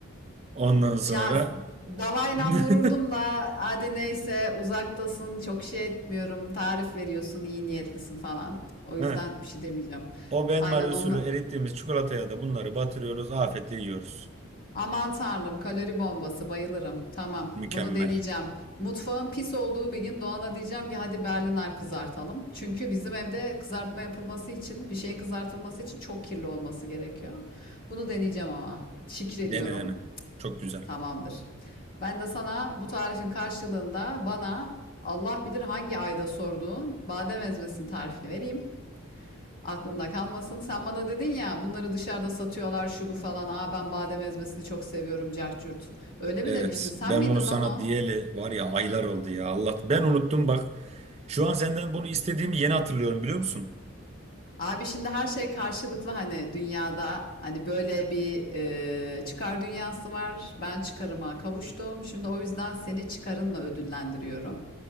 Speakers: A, on the right (about 30°); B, on the left (about 45°).
A: Ondan sonra
B: Şahs davayla
A: <laughs>
B: vururdum da hadi neyse uzaktasın çok şey etmiyorum tarif veriyorsun iyi niyetlisin falan. O yüzden
A: Heh,
B: bir şey demeyeceğim.
A: o Ben
B: Aynen
A: Mari usulü
B: onunla.
A: erittiğimiz çikolataya da bunları batırıyoruz. Afiyetle yiyoruz.
B: Aman tanrım kalori bombası bayılırım. Tamam
A: Mükemmel.
B: bunu deneyeceğim. Mutfağın pis olduğu bir gün Doğan'a diyeceğim ki hadi Berliner kızartalım. Çünkü bizim evde kızartma yapılması için bir şeyin kızartılması için çok kirli olması gerekiyor. Bunu deneyeceğim ama. Şükür
A: Dene
B: diyorum.
A: dene. Çok güzel.
B: Tamamdır. Ben de sana bu tarifin karşılığında bana Allah bilir hangi ayda sorduğun badem ezmesinin tarifini vereyim. Aklında kalmasın. Sen bana dedin ya bunları dışarıda satıyorlar şu bu falan. Aa ben badem ezmesini çok seviyorum carçurt. Öyle
A: Evet,
B: mi demiştin? Sen
A: ben
B: miydin
A: bunu sana
B: lan o?
A: diyeli var ya aylar oldu ya Allah. Ben unuttum bak. Şu an senden bunu istediğimi yeni hatırlıyorum biliyor musun?
B: Abi şimdi her şey karşılıklı hani dünyada hani böyle bir e, çıkar dünyası var. Ben çıkarıma kavuştum. Şimdi o yüzden seni çıkarınla ödüllendiriyorum.